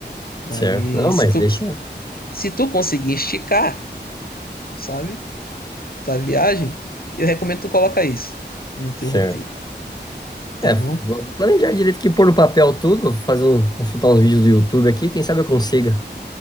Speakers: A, on the left (about 55°); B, on the left (about 20°).
A: Mas
B: Certo. Não, mas
A: se tu,
B: deixa.
A: se tu conseguir esticar, sabe, tua viagem, eu recomendo tu colocar isso no teu
B: Certo.
A: roteiro, tá
B: É,
A: bom?
B: vou planejar direito que pôr no papel tudo, vou fazer um, consultar uns vídeos do YouTube aqui, quem sabe eu consiga.